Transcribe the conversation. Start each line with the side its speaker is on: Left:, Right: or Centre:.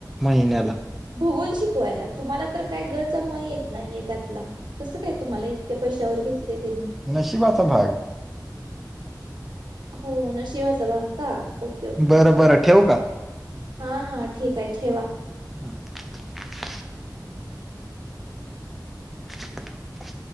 Centre: महिन्याला.
Right: भूगोल शिकवायला तुम्हाला तर काय ग चा म येत नाहीये त्यातला. कसं काय तुम्हाला इतक्या पैशावर घेतलंय त्यांनी.
Centre: नशिबाचा भाग.
Right: हो. नशिबाचा भाग का. ओके ओके
Centre: बरं
Right: ओके.
Centre: बरं ठेवू का?
Right: हा हा ठीक आहे ठेवा.
Centre: <inaudible> <unintelligible>